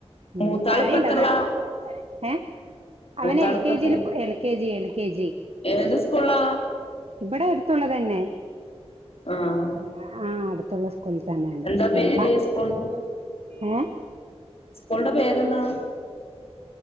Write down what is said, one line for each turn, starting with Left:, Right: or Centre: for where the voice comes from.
Right: ഉ <unintelligible>
Left: മൂത്താളിപ്പത്രല്ല
Right: മഴിണ്ടാന്..... ചത് ഏ ത്ന്. ന്നേർത് അവൻ...
Left: മൂത്താളിപ്പത്ര
Right: എൽ. കെ. ജിൽ. L. K. G. L. K. G.
Left: ഏത് സ്കൂളാ
Right: ഇബെടെടു അടുത്തുള്ളതന്നെ.
Left: ആഹ്
Right: ആഹ്. അടുത്തുള്ള സ് കൂൾ തന്നേണ്.
Left: എന്താ പേര്
Right: മ്മ.
Left: സ്കൂളിന്റെ
Right: ഏഹ്
Left: കുള്ന്റെ. പേരെന്താ